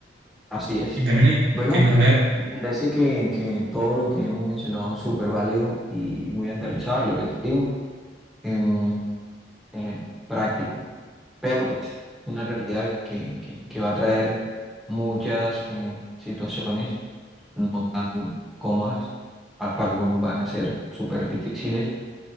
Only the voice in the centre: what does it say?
así es.
Bueno,
me parece que, que todo lo que hemos mencionado es súper válido y muy aterrizado, lo que te digo. Em, eh, práctico, pero pues una realidad que, que- que va a traer muchas eh, situaciones no tan cómodas, a- para algunos van a ser súper difíciles,